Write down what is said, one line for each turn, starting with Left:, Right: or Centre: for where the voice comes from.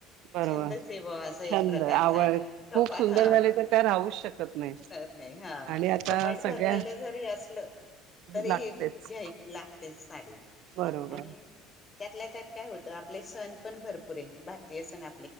Right: बरोबर
Left: छंदच आहे बा असं एक
Right: छंद
Left: प्रकारचा
Right: आवड
Left: कपा
Right: खूप सुंदर
Left: हा
Right: झाली तर त्या राहूच शकत नाही
Left: राहत नाही हा
Right: आणि आता
Left: कपाट
Right: सगळ्या
Left: भरलेलं जरी असलं तरी
Right: लागतेच
Left: हे घ्याय लागते साडी
Right: बरोबर
Left: आणि त्यातल्या त्यात काय होतं आपले सण पण भरपूर आहे भारतीय सण आप